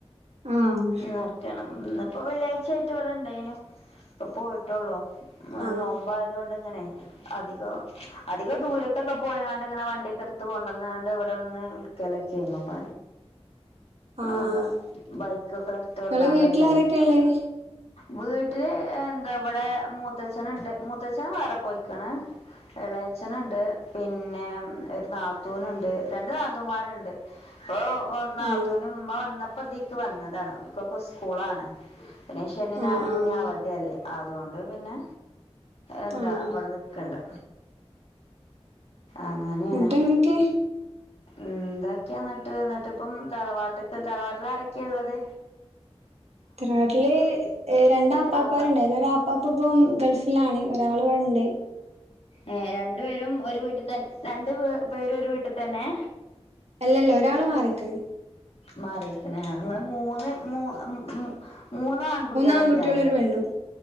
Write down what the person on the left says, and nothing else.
നടക്കാണ് ഇപ്പൊ വെള്ളിയാഴ്ചായിട്ട് ഇവിടെ ഇണ്ടായിനു ഇപ്പൊ പോയിട്ടോള്ളു
നോമ്പായതോണ്ടിങ്ങനെ അധികോ അധികം ദൂരത്തൊക്കെ പോയങ്ങാണ്ടിങ്ങനെ വണ്ടിക്കെടുത്ത് കൊണ്ട്ന്നാണ്ട് ഇവിടെവന്ന് വിക്കലൊക്കെ ആയ്ന്നപ്പ
എന്താ
ബൈക്കൊക്കെ എടുത്ത്കൊണ്ടന്നാണ്ടൊക്കെ
വീ ട്ടില് എന്താവിടെ മൂത്തച്ഛന്ണ്ട് മൂത്തച്ഛൻ വേറെപോയിക്കണ് ഇളയച്ചന്ണ്ട് പിന്നെ ഒരു നാത്തൂനുണ്ട് രണ്ട്നാത്തുന്മാരെണ്ട് അപ്പോ ഒന്നാ
അമ്മ വന്നപ്പൊ തീക്ക് വന്നതാണ് അവര്ക്കൊക്കെ സ്കൂളാണ് പിന്നെശനി ഞായറു
ഇനി അവധിഅല്ലേ അതുകൊണ്ട് പിന്നെ എന്താ
ഇവടെ നിക്കണ്ട് അങ്ങനെയാണ്
എന്തെക്കെയാന്നിട്ട് എന്നിട്ടിപ്പം തറവാട്ട്ക്ക് തറവാട്ടിലാരെക്ക്യ ഇള്ളത്
ആപ്പ
ഏഹ് രണ്ടുപേരും ഒരു വീട്ടിതന്നെ രണ്ട് പേ പേരുരൊരുവീട്ടിതന്നേ
മാറിക്കണ് ഇങ്ങള് മൂന്ന് മൂ മ് ഇം മൂന്ന് ആൺകുട്ടികളേക്കാറ്